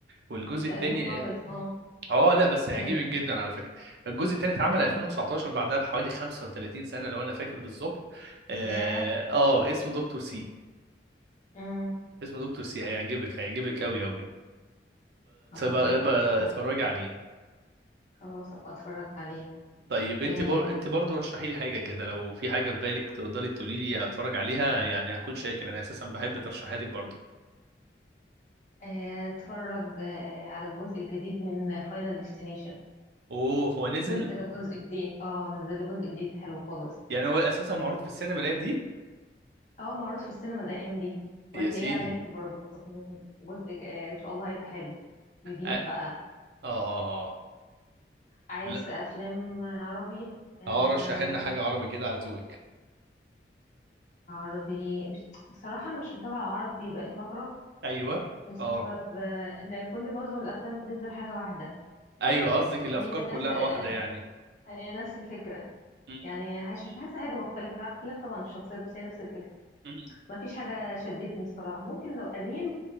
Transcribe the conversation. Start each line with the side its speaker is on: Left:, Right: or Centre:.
Right: والجزء
Left: ده
Right: التاني
Left: قديم خالص
Right: اه
Left: اه
Right: آه، لا بس هيعجبك
Left: ايوه
Right: جدا على فكره الجزء التاني اتعمل
Left: ايوه
Right: 2019 بعدها بحوالي 35 سنه لو انا فاكر بالظبط اه
Left: ياه
Right: آه، اسمه دكتور سي
Left: امم
Right: اسمه دكتور سي هيعجبك هيعجبك قوي قوي
Left: خلاص
Right: اتفرجي
Left: أبقى أتفرج عليه.
Right: عليه
Left: خلاص ابقى اتفرج عليه
Right: طيب انت
Left: آه،
Right: بر... انت برضه رشحي لي حاجه كده لو في حاجه في بالك تقدري تقولي لي اتفرج عليها يعني هكون شاكر انا اساسا بحب ترشيحاتك برضه
Left: آه، اتفرج آه، على الجزء الجديد من فاينل ديستنيشن
Right: اوه هو نزل
Left: نزلوا جزء جديد اه نزلوا جزء جديد حلو خالص
Right: يعني هو اساسا معروض في السينما الايام دي
Left: اه معروض في السينما الايام دي وهتلاقيه
Right: يا سيدي
Left: على النت برضه جزء آه، ان شاء الله هيبقى حلو جديد
Right: اه اه
Left: بقى
Right: اه اه.
Left: عايز
Right: لا
Left: افلام عربي آه
Right: اه رشحي لنا حاجه عربي كده على ذوقك
Left: عربي مش بصراحة انا مش متابعة عربي بقالي فترة
Right: ايوه
Left: بسبب
Right: اه
Left: آه، ان كل معظم الافلام بتنزل حاجه واحده
Right: ايوه قصدك الافكار
Left: هي نفس
Right: كلها
Left: آه،
Right: واحده يعني
Left: هي نفس الفكره
Right: م-
Left: يعني حاسه مش حاسه حاجه مختلفه مع اختلاف طبعا الشخصيات بس هي نفس الفكره
Right: م-
Left: ما فيش حاجه شدتني الصراحه ممكن لو قديم